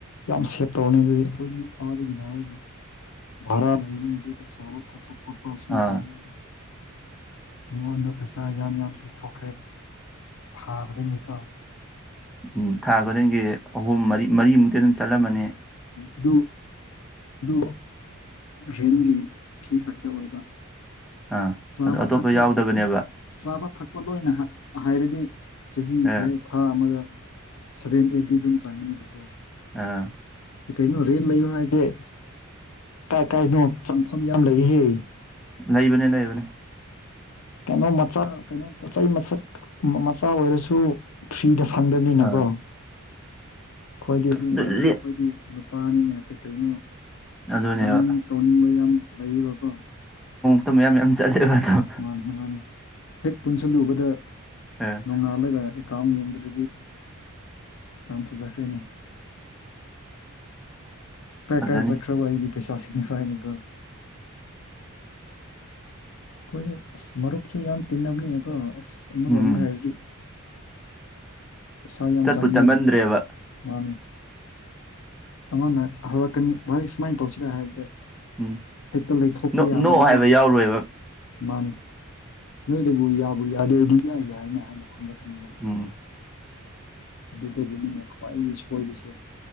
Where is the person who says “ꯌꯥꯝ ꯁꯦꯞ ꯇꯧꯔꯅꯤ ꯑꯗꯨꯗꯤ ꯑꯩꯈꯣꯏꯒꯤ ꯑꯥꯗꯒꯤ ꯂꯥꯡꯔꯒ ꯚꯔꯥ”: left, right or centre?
Left